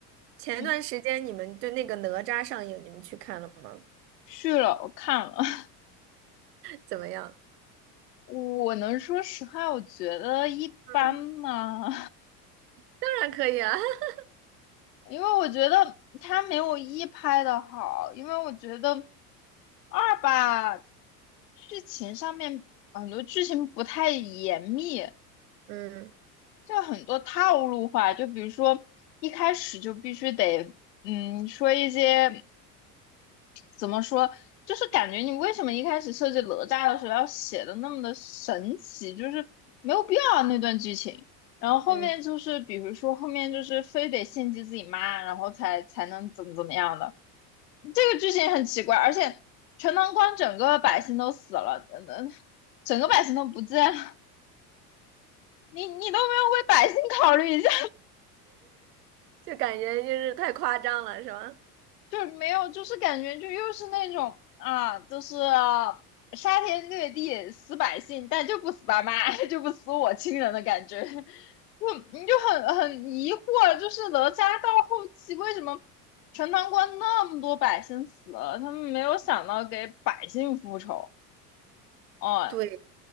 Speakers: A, on the right; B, on the left.
A: 前段时间你们对那个哪吒上映，
B: 嗯
A: 你们去看了吗？
B: 去了，我看了。<laughs>
A: 怎么样？
B: 我能说实话，我觉得一般嘛，
A: 嗯，当然可以啊。<laughs>
B: <laughs> 因为我觉得它没有一拍的好，因为我觉得。二吧，剧情上面很多剧情不太严密，
A: 嗯
B: 就很多套路化。就比如说一开始就必须得，嗯，说一些怎么说，就是感觉你为什么一开始设计哪吒的时候要写的那么的神奇，就是没有必要啊那段剧情。然后后面就是，
A: 嗯，
B: 比如说后面就是非得献祭自己妈，然后才才能怎么怎么样的。这个剧情很奇怪，而且全唐关整个百姓都死了，嗯，嗯整个百姓都不见了，你你都没有为百姓考虑一下，
A: 就感觉就是太夸张了，是吧？
B: <laughs> 就是没有，就是感觉就又是那种啊，就是杀天掠地死百姓，但就不死爸妈，<laughs> 就不死我亲人的感觉，就你就很很疑惑，就是哪吒到后期为什么？全唐关那么多百姓死了，他们没有想到给百姓复仇，哦，
A: 对，